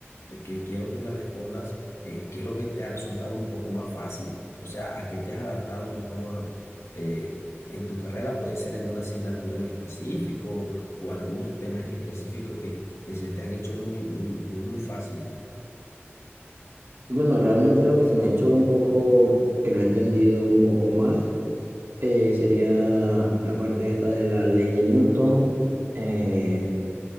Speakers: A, on the left; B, on the right.
A: eh, que quiero que me respondas, eh, ¿qué es lo que te ha resultado un poco más fácil? O sea, ¿a qué te has adaptado mejor? eh, en tu carrera, puede ser en una asignatura en específico o algunos temas en específico que, que se te han hecho muy, muy, muy, muy fácil.
B: Bueno, realmente lo que se me ha hecho un poco, que lo he entendido un poco más, eh, sería la parte esta de la ley de Newton, eh,